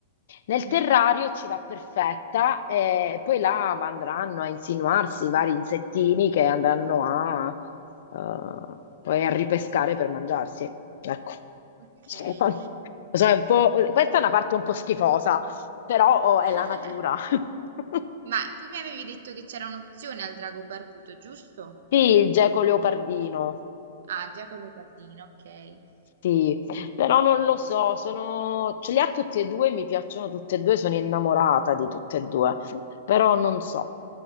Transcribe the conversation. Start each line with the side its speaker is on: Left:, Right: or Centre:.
Left: Nel
Right: mhm,
Left: terrario ci va perfetta e poi là va- andranno a insinuarsi i vari insettini che andranno a eh, poi a ripescare per mangiarsi. Ecco.
Right: Ok.
Left: Cioè,
Right: E-
Left: non- <laughs> Lo so, è un po'- Questa è una parte un po' schifosa, però oh,
Right: <laughs>
Left: è la natura. <laughs>
Right: Ma tu mi avevi detto che c'era un'opzione al drago barbuto, giusto?
Left: Sì, il geco leopardino.
Right: Ah, già con leopardino, ok.
Left: Sì,
Right: Mm,
Left: però non lo so, sono... ce li ha tutti e due, mi piacciono tutti e due, sono innamorata di tutte e due, però non so.